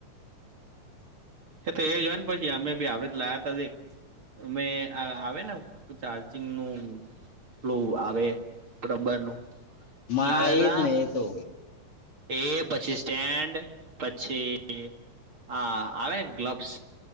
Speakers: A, on the left; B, on the right.
A: <inaudible>
B: એ તો એ જય ને પછી અમે બી આવડ લાયા ત <unintelligible> અમે આ આવે ને ચાર્જિંગ નું કેટલું આવે રબર નું
A: માં
B: લાવ્યા
A: એ
B: તા
A: જ ને એ તો.
B: એ પછી સ્ટેન્ડ પછી હા આવે ગ્લબ્સ